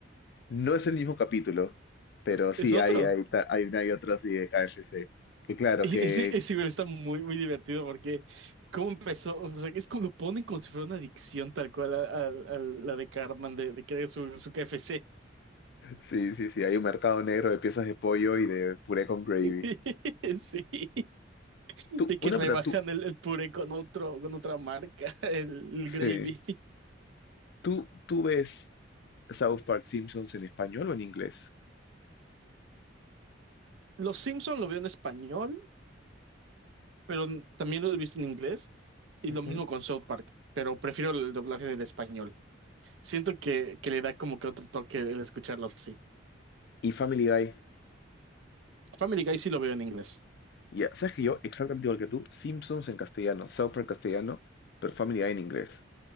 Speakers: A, on the left; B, on the right.
A: No es el mismo capítulo, pero sí
B: Es otro.
A: hay, hay, ta- hay una y otra así de KFC. Que claro
B: Y
A: que
B: ese, ese igual está muy, muy divertido porque cómo empezó, o sea, es como lo ponen como si fuera una adicción tal cual a, a- a la de Cartman de, de querer su, su KFC.
A: sí, sí, sí, hay un mercado negro de piezas de pollo y de puré con gravy.
B: <laughs> Sí, de
A: Tú,
B: que
A: una
B: rebajan
A: pregunta, tú,
B: el, el puré con otro, con otra marca, el el
A: sí.
B: gravy.
A: ¿Tú, tú ves South Park Simpsons en español o en inglés?
B: Los Simpson lo veo en español, pero también lo he visto en inglés. Y
A: Ujú.
B: lo mismo con South Park, pero prefiero el doblaje del español. Siento que, que le da como que otro toque el escucharlo así.
A: Y Family Guy.
B: Family Guy sí lo veo en inglés.
A: Ya, sabes que yo, exactamente igual que tú, Simpsons en castellano, South Park castellano, pero Family Guy en inglés.